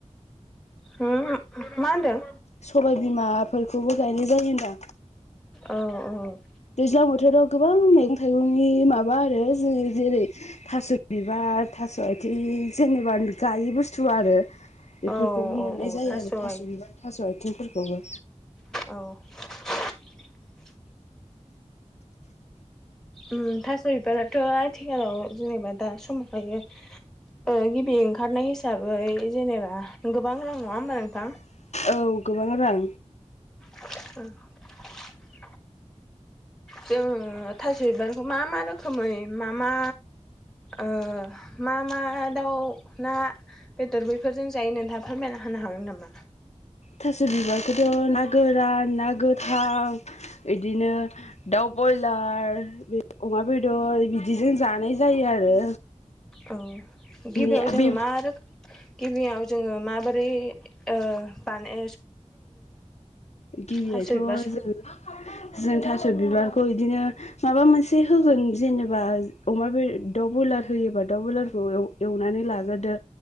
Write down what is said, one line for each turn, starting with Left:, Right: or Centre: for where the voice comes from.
Centre: <inaudible> मा होनदों?
Left: सबाय बिमाफोरखौबो गायनाय जायो होनदो।
Centre: औ औ
Left: दैज्लां बोथोराव गोबां मैगं थाइगंनि माबा आरो जो जेरै थास' बिबार थास' आइथिं जेनेबा गायि बुस्थु आरो बेफोरखौबो
Centre: औ औ
Left: मोननाय
Centre: औ
Left: जायो आरो थास'
Centre: आइ
Left: बिबार थास' आथिंफोरखौबो
Centre: औ <inaudible> उम थास' बिबाराथ' आथिखालाव जेनेबा दा समखायो ओ गिबि ओंखारनाय हिसाबै जेनेबा गोबां रां नङा होमबा नोंथां?
Left: औ गोबां रां
Centre: <inaudible> जोङो थास' बिबारखौ मा मा रोखोमै मा मा ओ मा मा दाउ ना बेदर बैफोरजों जायो नोंथा फोरमायना होनो हागोन नामा?
Left: थास' बिबारखौथ' ना गोरान ना गोथां बिदिनो दाउ बयलार अमा बेदर बिदिजों जानाय जायो आरो
Centre: औ गिबियाव
Left: बिनि
Centre: जों
Left: बे
Centre: मा रोखोम गिबियाव जोङो माबोरै ओ माने
Left: गिबियाथ'
Centre: थास' बिबार
Left: जों जों बि बिबारखौ बिदिनो माबा मोनसे होगोन जेनेबा अमा बे दाउ ब्रयलार होयोबा दाउ बयलारखौ एवनानै लाग्रोदो